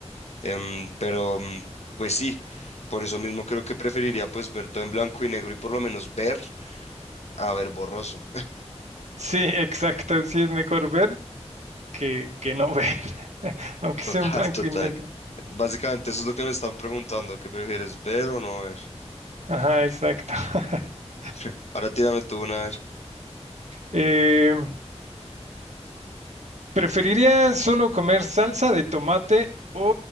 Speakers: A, on the left (about 70°); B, on the right (about 80°).
A: em, pero mm, pues sí. Por eso mismo creo que preferiría pues ver todo en blanco y negro y por lo menos ver a ver borroso.
B: sí, exacto. Sí es mejor ver que, que no ver, <laughs> aunque
A: Total,
B: sea en blanco
A: <laughs> total.
B: y negro.
A: Básicamente eso es lo que me están preguntando, ¿qué prefieres ver o no ver?
B: Ajá, exacto. <laughs>
A: <laughs> Ahora tírame tú una, a ver.
B: Eh, ¿preferiría solo comer salsa de tomate o